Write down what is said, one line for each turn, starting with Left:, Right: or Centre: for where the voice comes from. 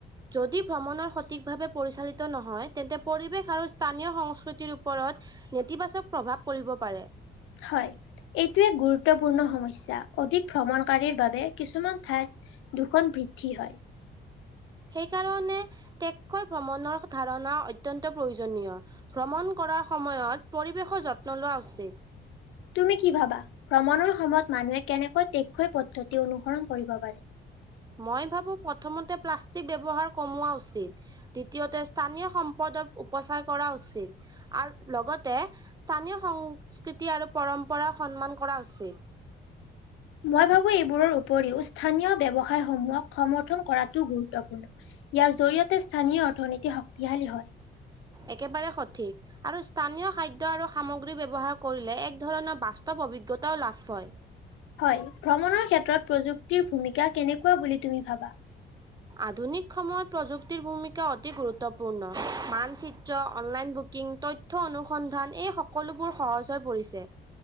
Right: যদি ভ্ৰমণৰ সঠিকভাৱে পৰিচালিত নহয় তেন্তে পৰিৱেশ আৰু স্থানীয় সংস্কৃতিৰ ওপৰত নেতিবাচক প্ৰভাৱ পৰিব পাৰে।
Left: হয় এইটোৱে গুৰুত্বপূৰ্ণ সমস্যা, অধিক ভ্ৰমণকাৰীৰ বাবে কিছুমান ঠাইত দুখন বৃদ্ধি হয়।
Right: সেইকাৰণে টেককৈ ভ্ৰমণৰ ধাৰণা অত্যন্ত প্ৰয়োজনীয়। ভ্ৰমণ কৰাৰ সময়ত পৰিৱেশৰ যত্ন লোৱা উচিত।
Left: তুমি কি ভাবা ভ্ৰমণৰ সময়ত মানুহে কেনেকৈ টেককৈ পদ্ধতি অনুসৰণ কৰিব পাৰে।
Right: মই ভাবো প্ৰথমতে প্লাষ্টিক ব্যৱহাৰ কমোৱা উচিত। দ্বিতীয়তে স্থানীয় সম্পদক উপচাৰ কৰা উচিত। আৰু লগতে স্থানীয় সংস্কৃতি আৰু পৰম্পৰা সন্মান কৰা উচিত।
Left: মই ভাবো এইবোৰৰ উপৰিও স্থানীয় ব্যৱসায়সমূহক সমৰ্থন কৰাটো গুৰুত্বপূৰ্ণ। ইয়াৰ জৰিয়তে স্থানীয় অৰ্থনীতি শক্তিশালী হয়।
Right: একেবাৰে সঠিক। আৰু স্থানীয় খাদ্য আৰু সামগ্ৰী ব্যৱহাৰ কৰিলে এক ধৰণৰ বাস্তৱ অভিজ্ঞতাও লাভ হয়।
Left: হয় ভ্ৰমণৰ ক্ষেত্ৰত প্ৰযুক্তিৰ ভূমিকা কেনেকুৱা বুলি তুমি ভাবা?
Right: আধুনিক সময়ত প্ৰযুক্তিৰ ভূমিকা অতি গুৰুত্বপূৰ্ণ মানচিত্ৰ অনলাইন বুকিং তৈ থ অনুসন্ধান এই সকলোবোৰ সহজ হৈ পৰিছে‍।